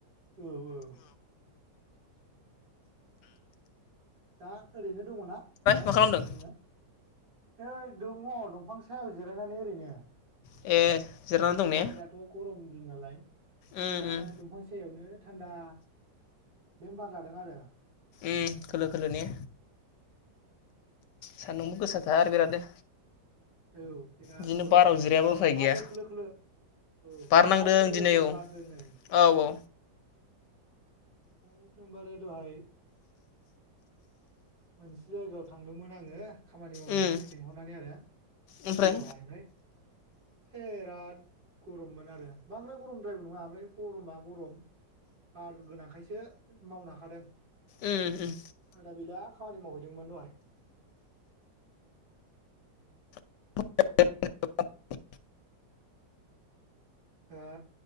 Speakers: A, on the right; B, on the left.
A: औ औ दा ओरैनो दङना ओमफ्राय
B: मा खालामदों
A: नोङो? नोइ दङ दंफां सायाव जिरायनानै ओरैनो
B: ए जिरायनानै दं
A: ओफ्राय
B: ने
A: दाथ' गरम दिन नालाय
B: उम
A: दा
B: उम
A: दंफां साहायावनो थान्दा बार जादों आरो
B: उम खोलो खोलो ने सान्दुंबो गोसा थार बिरादनो।
A: औ बिराद
B: बिदिनो
A: गरम
B: बाराव जिरायाबो उफाय
A: बारबो
B: गैया
A: खोलो खोलो औ
B: बार नांदों
A: बारबो खोलो
B: दिनै
A: खोलो
B: औ
A: बारदों नै।
B: औ औ
A: एकदमबारे दहाय मोनसे जायगायाव थांदोंमोन आङो खामानि मावनो
B: उम
A: लेंंहरनानै आरो
B: ओमफ्राय
A: बेयावहाय ओमफ्राय बेराद गरममोन आरो बांद्राय गरमद्रायबो नङा ओमफ्राय गरमा गरम बार गोनांखायस सो मावनो हाखादों।
B: उम उम
A: आदा बेला खामानि मावहैदोंमोन दहाय।
B: <inaudible>
A: हा?